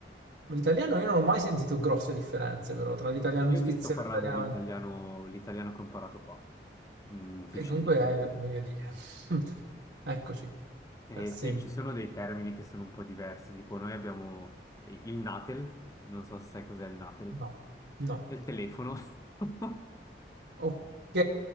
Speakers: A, on the right (about 80°); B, on the left (about 20°).
A: l'italiano io non ho mai sentito grosse differenze però tra l'italiano
B: <laughs> Io
A: svizzero
B: ti sto parlando
A: e l'italiano...
B: l'italiano, l'italiano che ho imparato qua, in Ticino.
A: E dunque, eh, voglio dire, <laughs> eccoci.
B: Eh,
A: Eh, sì.
B: sì, ci sono dei termini che sono un po' diversi, tipo noi abbiamo eh, il natel, non so se sai cos'è il natel,
A: No, no.
B: è il telefono. <laughs>
A: Ok,